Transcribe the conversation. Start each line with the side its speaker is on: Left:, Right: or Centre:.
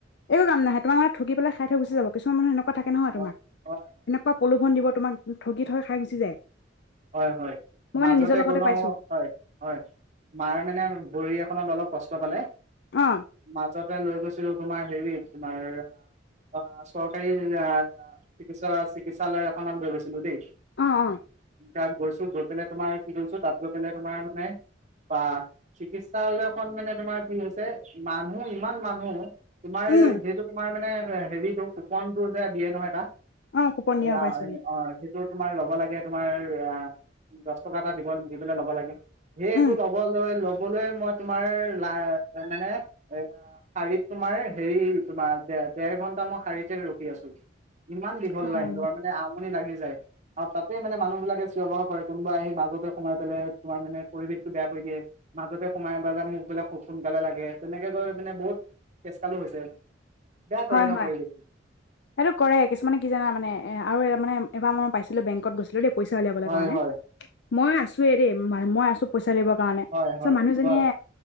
Left: একো কাম নাই তোমাক লোকক পেলায় খাই থই গুচি যাব কিছুমান। থাকে নহয়
Right: হয়
Left: তোমাক
Right: হয়
Left: এনেকুৱা। প্ৰলোভন দিব তোমাক ঠগি থগৈ খাই গুচি যায়।
Right: হয় হয়,
Left: মই
Right: মাজতে
Left: মানে নিজৰ লগতে
Right: গলো
Left: পাইছো
Right: হয় হয় মাৰ মানে ভৰি এখনত অলপ। কষ্ট পালে।
Left: অ',
Right: মাজতে লৈ গৈছিলো। তোমাৰ হেৰি তোমাৰ অঁ চৰকাৰী চিৎ চিকিৎসালয় এখনত লৈ গৈছিলো দেই।
Left: অঁ অঁ।
Right: তাত গৈছো গৈ পেলাই তোমাৰ কি কৰিছো তাত গৈ পেলাই। তোমাৰ মানে বা চিকিৎসালয়খন মানে তোমাৰ কি হৈছে মানুহ ইমান মানুহ। তোমাৰ
Left: উম,
Right: যিহেটো তোমাৰ মানে, হেৰিতটো কুপন টো যে দিয়ে নহয় এটা।
Left: অ', কুপন দিয়ে
Right: এ
Left: অ', পাইছো দিয়ে
Right: অঁ। তোমাৰ ল'ব লাগে। তোমাৰ অ দহ টকা এটা দিব দি পলে ল'ব লাগে। সেইটো
Left: উম,
Right: ল'ব লৈ ল। কবলৈ মই তোমাৰ লা মানে এ শাৰীত তোমাৰ হেৰি তোমাৰ দে দেৰ ঘন্টা মই শাৰীতে ৰখি আছো। ইমান দীঘল
Left: অ',
Right: লাইন তোমাৰ মানে। লাগি যায় আৰু তাত। মানে মানুহ বিলাকে চিঞৰ বাখৰ কৰে কোনোবা আহি মাজতে সোমাই পেলাই তোমাৰ মানে পৰিৱেশটো বেয়া কৰি দিয়ে মাজতে সোমাই পেলাই মুখবিলাক খুব সোনকালে লাগে তেনেকে গৈ মানে বহুত তেজকালো হৈছে। বেয়া কৰে
Left: হয়
Right: ন
Left: হয়,
Right: পৰিৱেশটো
Left: এইটো কৰে কিছুমানে কি জানা মানে এ আৰু মানে। এবাৰ মই পাইছিলো বেংকত গৈছিলো দেই। পইচা উলিয়াবলৈ
Right: হয়
Left: কাৰণে।
Right: হয়
Left: মই আছো এ দেই ম মই আছো পইচা দিব। কাৰণে
Right: হয় হয়
Left: চ মানুহজনীয়ে।
Right: হয়